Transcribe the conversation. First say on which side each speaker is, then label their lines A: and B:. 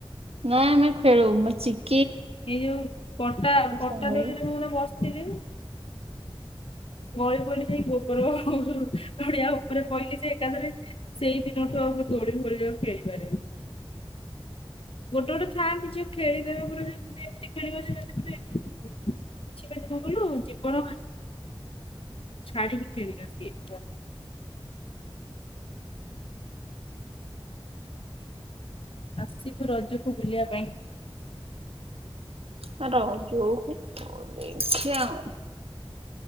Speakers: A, on the right; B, on the left.
A: ନାଇଁ ଆମେ ଖେଳୁ, ମଛି <unintelligible>
B: ଏଇ ଯୋଉ ପଟା, ପଟା
A: ସାଙ୍ଗ
B: ଦୋଳିରେ
A: ହେଇକି
B: ମୁଁ ମାନେ ବସିଥିଲି ଗଳି ପଇଲି ଯାଇ ଗୋବର ଗଡିଆ ଉପରେ ପଇଲି ଯେ ଏକାଥରେ ସେଇ ଦିନଠୁ ଆଉ ମୁ ଦୋଳି ଫୋଳି ଆଉ ଖେଳି ପାରେନି। ଗୋଟେ ଗୋଟେ ଥାଆନ୍ତି ଝିଅ, ଖେଳିଦବା ପୁର ଏମିତି ଖେଳିବ ପ କିଛି ବିଠଲ <unintelligible> ଜୀବନ ଛାଡ଼ିିକି ଖେଳିବେ ସିଏ ପୁରା। ଆସିବୁ ରଜକୁ ବୁଲିବା ପାଇଁ।
A: ହ ରଜ କୁ ଦେଖିଆ ଆଉ